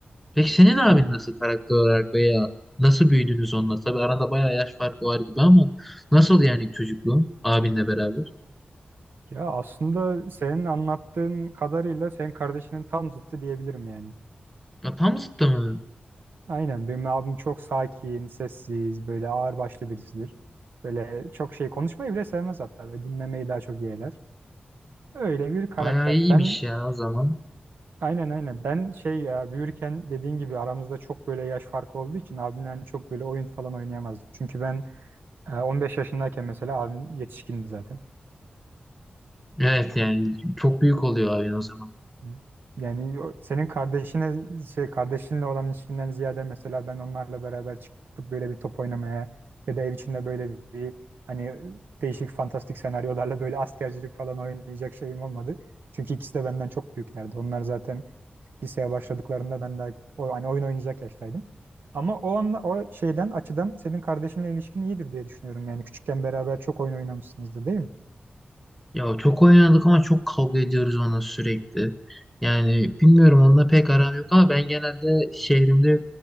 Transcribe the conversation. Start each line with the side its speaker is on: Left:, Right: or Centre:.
Centre: Peki senin abin
Right: Hmm.
Centre: nasıl karakter olarak veya nasıl büyüdünüz onunla? Tabii arada bayağı yaş farkı var gibi ama nasıl yani çocukluğun abinle beraber?
Right: Ya aslında senin anlattığın kadarıyla senin kardeşinin tam zıttı diyebilirim yani.
Centre: Ya tam zıttı mı?
Right: Aynen benim abim çok sakin, sessiz, böyle ağırbaşlı birisidir. Böyle çok şey konuşmayı bile sevmez hatta. Böyle dinlemeyi daha çok yeğler. Öyle bir karakter.
Centre: Bayağı iyiymiş
Right: Ben
Centre: ya o zaman.
Right: Aynen aynen. Ben şey ya büyürken dediğin gibi aramızda çok böyle yaş farkı olduğu için abimle hani çok böyle oyun falan oynayamazdım. Çünkü ben e, 15 yaşındayken mesela abim yetişkindi zaten.
Centre: Evet yani çok büyük oluyor abin o zaman.
Right: Hı. Yani o- senin kardeşine şey kardeşinle olan ilişkinden ziyade mesela ben onlarla beraber çıkıp böyle bir top oynamaya ya da ev içinde böyle bir hani değişik fantastik senaryolarla böyle askercilik falan oynayacak şeyim olmadı. Çünkü ikisi de benden çok büyüklerdi. Onlar zaten liseye başladıklarında ben daha o, hani oyun oynayacak yaştaydım. Ama o anla o şeyden açıdan senin kardeşinle ilişkin iyidir diye düşünüyorum. Yani küçükken beraber çok oyun oynamışsınızdır değil mi?
Centre: Ya çok oynadık ama çok kavga ediyoruz onunla sürekli. Yani bilmiyorum onunla pek aram yok ama ben genelde şehrimde